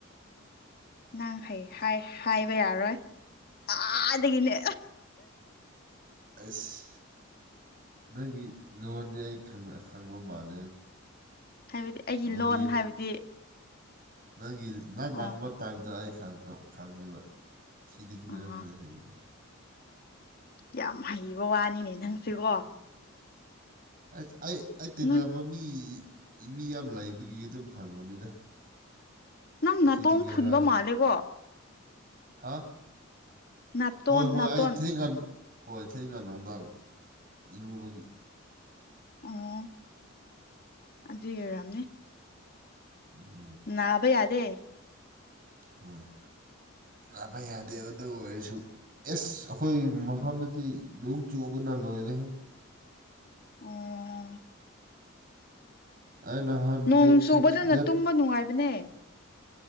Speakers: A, on the left (about 45°); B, on the right (about 45°).
A: ꯅꯪ ꯍ ꯍꯥꯏꯕ ꯌꯥꯔꯣꯏ ꯑꯥꯗꯒꯤꯅꯦ
B: ꯑꯁ ꯅꯪꯒꯤ ꯂꯣꯟꯗꯤ ꯑꯩ ꯈꯪꯕ ꯃꯥꯜꯂꯦ
A: ꯍꯥꯏꯕꯗꯤ ꯑꯩꯒꯤ
B: ꯅꯣꯅꯦꯔꯣ
A: ꯂꯣꯟ ꯍꯥꯏꯕꯗꯤ
B: ꯅꯪꯒꯤ ꯅꯪ ꯉꯥꯡꯕ
A: ꯑꯣ
B: ꯇꯥꯏꯞꯇꯣ ꯑꯩ ꯈꯪꯉꯤꯕ ꯁꯤꯗꯤꯈꯤꯔ
A: ꯑꯥ
B: ꯑꯗꯨꯗ ꯍꯥꯏꯦꯕꯤꯂꯣ
A: ꯌꯥꯝ ꯍꯩꯕ ꯋꯥꯅꯤꯅꯦ ꯅꯪꯁꯤꯀꯣ
B: ꯑꯁ ꯑꯩ ꯑꯩ ꯇꯤꯟꯅꯕ
A: ꯅꯣꯏ
B: ꯃꯤ ꯃꯤ ꯌꯥꯝ ꯂꯩꯕꯒꯤ ꯑꯗꯨꯝ ꯈꯪꯕꯅꯤꯗ
A: ꯅꯪ
B: ꯑꯁꯤꯗꯒꯤꯔ
A: ꯅꯥꯇꯣꯡꯝ ꯐꯨꯟꯕ ꯃꯥꯜꯂꯦꯀꯣ
B: ꯍꯥ
A: ꯅꯥꯇꯣꯟ
B: ꯍꯣꯏ ꯍꯣꯏ
A: ꯅꯥꯇꯣꯟ
B: ꯑꯩ ꯊꯤꯡ ꯍꯣꯏ ꯊꯦꯡꯒ ꯅꯨꯡꯗꯥꯡ ꯏꯔꯨꯕꯒꯤ
A: ꯑꯣ ꯑꯗꯨ ꯀꯔꯝꯅꯦ
B: ꯎꯝ
A: ꯅꯥꯚꯩ ꯑꯗꯦ
B: ꯍꯣꯏ ꯅꯥꯕ ꯌꯥꯗꯦ ꯑꯗꯨ ꯑꯣꯏꯔꯁꯨ ꯑꯦ ꯑꯩꯈꯣꯏ ꯃꯐꯝꯗꯗꯤ ꯅꯣꯡ ꯆꯨꯕꯅ ꯂꯣꯏꯔꯦ
A: ꯑꯣ
B: ꯑꯩ ꯅꯍꯥꯟ
A: ꯅꯣꯡ
B: ꯗꯦꯠ
A: ꯆꯨꯕꯗꯨꯅ
B: ꯁꯤꯛꯁ ꯗꯦꯠ
A: ꯇꯨꯝꯕ ꯅꯨꯡꯉꯥꯏꯕꯅꯦ